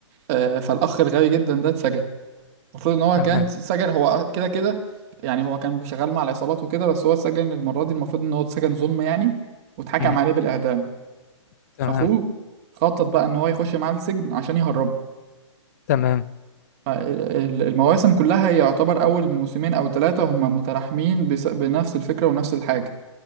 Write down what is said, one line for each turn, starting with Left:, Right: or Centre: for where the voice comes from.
Right: آه فالأخ الغبي جدا ده اتسجن المفروض إن هو
Left: تمام
Right: كان اتسجن هو كده كده يعني هو كان شغال مع العصابات وكده بس هو اتسجن المرة دي المفروض إن هو اتسجن ظلم يعني واتحكم
Left: مم.
Right: عليه بالإعدام
Left: تمام
Right: فأخوه خطط بقى إن هو يخش معاه السجن عشان يهربه
Left: تمام
Right: ال- المواسم كلها يعتبر أول موسمين أو ثلاثة هما متلاحمين بس- بنفس الفكرة ونفس الحاجة